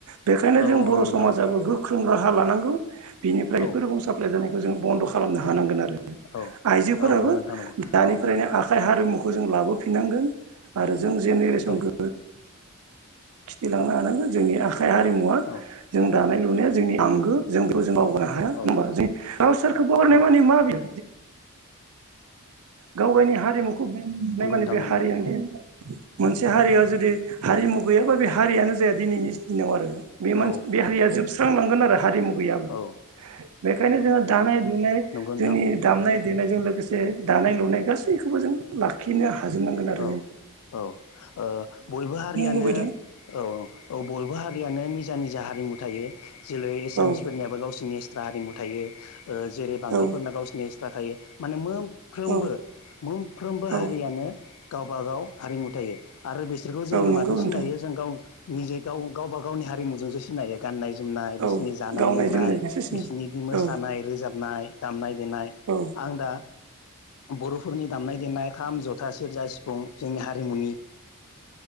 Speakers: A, on the right (about 75°); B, on the left (about 75°).
A: बेखायनो
B: औ
A: जों
B: औ
A: बर
B: नंगौ नोंथां
A: समाजाबो
B: नंगौ
A: गोख्रों र राहा लानांगौ बिनिफ्राय
B: औ
A: बेफोर रं साप्लाय जानायखौ जों बन्द खालामनो हानांगोन आरो।
B: औ
A: आइजोफोराबो।
B: औ नंगौ नोंथां नंगौ
A: फरायनाय आखाइ हारिमुखौ जों लाबोफिननांगोन आरो जों जेनेरेसनखौ।
B: औ
A: खिथिलांनो हानांगोन जोंनि आखाइ हारिमुवा
B: औ
A: जों दानाय। लुनाया जोंनि आंगो जोंबो जों बावगारनो हाया
B: औ औ
A: हबा जों सोरखौ बावगारनाय
B: ओ
A: माने मा बेयो गाव गावनि हारिमुखौ बेनाय
B: नंगौ
A: माने
B: नोंथां
A: बे
B: नंगौ
A: हारियानो
B: नंगौ
A: मोनसे हारिया
B: औ
A: जुदि हारिमु गैयाबा बे हारियानो जाया दिनैनि दिनाव आरो बे मानसि
B: औ
A: बे हारिया जोबस्रांनांगोन आरो हारिमु गैयाबा
B: औ ओ
A: बेखायनो जोङो दानाय दुनाय
B: नंगौ नोंथां
A: जोंनि दामनाय देनायजों लोगोसे दानाय लुनाय गासैखौबो जों लाखिनो हाजोबनांगोन आरो
B: औ
A: जोंङो
B: औ ओ बयबो हारियानो
A: लुबैदों
B: औ औ बयबो हारियानो निजा निजा हारि हारिमु थायो जेरै एसामिसफोरनियाबो
A: औ
B: गावसिनिस्थ्रा हारिमु थायो। ओ जेरै बांगालफोरना
A: औ
B: गावसिनि एक्सट्रा थायो माने मोनफ्रोम फ्रोमबो
A: औ
B: मोनफ्रोमबो
A: औ
B: हारियानो गावबागाव हारिमु थायो। आरो बिसोरखौ जोङो
A: औ नंगौ
B: माजों सिनायो
A: नोंथां
B: जों गाव निजे गाव गावबा गावनि हारिमुजोंसो सिनायो गाननाय जोमनाय
A: औ
B: बिसोरनि जानाय
A: गावनाय
B: लोंनाय
A: जोमनायजोंसो सिनायो
B: बिसोरनि मोसानाय
A: औ
B: रोजाबनाय दामनायनाय देनाय
A: औ
B: आं दा बरफोरनि दामनाय देनाय खाम जथा सेरजा सिफुं जोंनि हारिमुनि